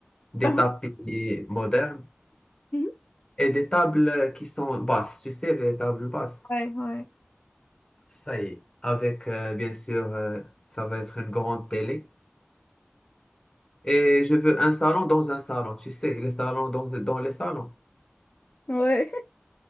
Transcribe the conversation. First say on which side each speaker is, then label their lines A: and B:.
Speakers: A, on the left; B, on the left.
A: des
B: Ah,
A: tapis modernes
B: mhm.
A: et des tables qui sont basses. Tu sais, des tables basses.
B: Ouais, ouais.
A: Ça y est. Avec, euh, bien sûr, euh, ça va être une grande télé. Et je veux un salon dans un salon. Tu sais, les salons dans, dans les salons.
B: Ouais.